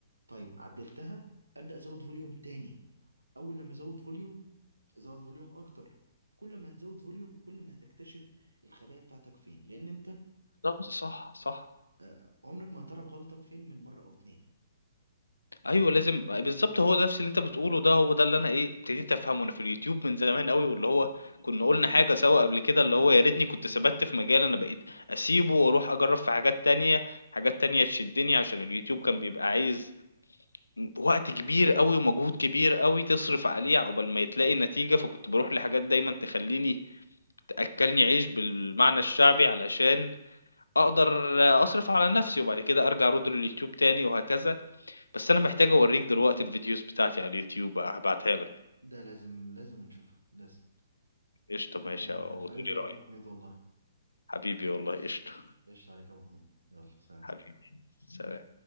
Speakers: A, on the right; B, on the left.
A: طيب عدلتها ابدا ازود فوليوم تاني اول لما ازود فوليوم ازود فوليوم اكتر كل ما هتزود فوليوم كل ما هتكتشف الخبايا بتاعتك فين لان انت
B: بالظبط صح صح
A: آه، عمرك ما هتعرف غلطك فين من مره او اتنين
B: ايوه لازم بالظبط هو ده نفس اللي انت بتقوله ده هو ده اللي انا ايه ابتديت افهمه انا في اليوتيوب من زمان قوي واللي هو كنا قلنا حاجه سوا قبل كده اللي هو يا ريتني كنت ثبت في مجال انا بقيت اسيبه واروح اجرب في حاجات تانية حاجات تانية تشدني عشان اليوتيوب كان بيبقى عايز إمم، وقت كبير أوي ومجهود كبير أوي تصرف عليه عقبال ما تلاقي نتيجة، فكنت باروح لحاجات دايمًا تخلّيني تأكّلني عيش بالمعنى الشعبي علشان أقدر أصرف على نَفْسي، وبعد كده أرجع أرُوض لليوتيوب تاني وهكذا، بس أنا محتاج أورّيك دلوقتي الفيديوز بتاعتي على اليوتيوب هابعتها لك،
A: ده لازم لازم نشوفها لازم
B: قشطة
A: آه
B: ماشي وتقول
A: حبيب
B: لي
A: قلبي
B: رأيك،
A: يا ابو حميد والله
B: حبيبي والله قشطة،
A: ايش عليك يا ابو حميد يلا سلام
B: حبيبي، سلام.